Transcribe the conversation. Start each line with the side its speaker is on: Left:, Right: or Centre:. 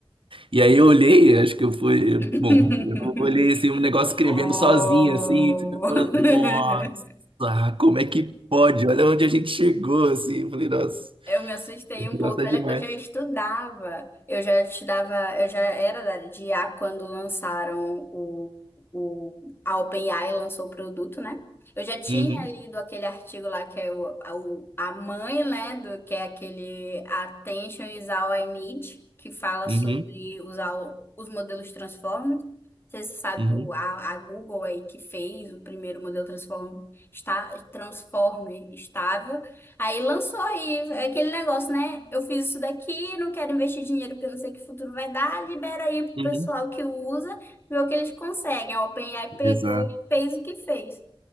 Right: E aí eu olhei, acho que eu fui,
Left: <laughs>
Right: bom, eu olhei assim, um negócio escrevendo
Left: Oh!
Right: sozinho, assim, falando, nossa.
Left: <laughs>
Right: Ah, como é que pode? Olha onde a gente chegou, assim. Eu falei, nossa,
Left: Eu me assustei um pouco,
Right: nossa, é
Left: olha
Right: demais.
Left: que eu já estudava. Eu já estudava, eu já era da área de I A quando lançaram o, o a OpenAI lançou o produto, né? Eu já tinha
Right: Uhum,
Left: lido aquele artigo lá que é o, a, o- a mãe, né, do que é aquele Attention is All I Need, que fala
Right: uhum,
Left: sobre usar o- os modelos Transformers. Você sabe,
Right: uhum,
Left: o- a, a Google aí que fez o primeiro modelo Transform, está, Transformer estável. Aí lançou aí é aquele negócio, né? Eu fiz isso daqui, não quero investir dinheiro porque eu não sei que futuro vai dar. Libera aí pro
Right: uhum.
Left: pessoal que usa, vê o que eles conseguem. A OpenAI pegou
Right: Exato,
Left: e fez o que fez.